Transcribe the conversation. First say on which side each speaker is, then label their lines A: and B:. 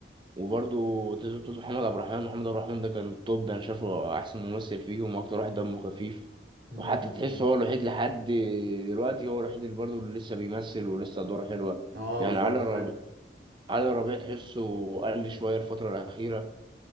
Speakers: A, on the right (about 25°); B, on the right (about 75°).
A: وبرضو تزوجته محمد عبد الرحمن محمد عبد الرحمن ده كان التوب ده انا شايفه احسن ممثل فيهم واكتر واحد دمه خفيف
B: امم
A: وحتى
B: بالظبط.
A: تحس هو الوحيد لحد دلوقتي هو الوحيد اللي برضه اللي لسه بيمثل ولسه دوره حلوة
B: اه
A: يعني
B: بالظبط
A: علي ربيع
B: فعلا
A: علي ربيع تحسه قل شوية الفترة الأخيرة